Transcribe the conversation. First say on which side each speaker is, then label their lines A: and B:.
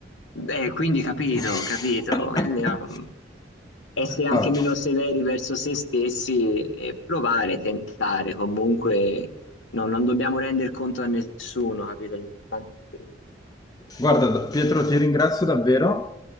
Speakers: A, on the left; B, on the left.
A: eh, quindi capito,
B: <laughs>
A: capito. Quindi, um, essere anche
B: Ah,
A: meno severi verso se stessi e provare, tentare. Comunque no, non dobbiamo rendere conto a nessuno, capito? L'importante è quello.
B: Guarda, da- Pietro, ti ringrazio davvero.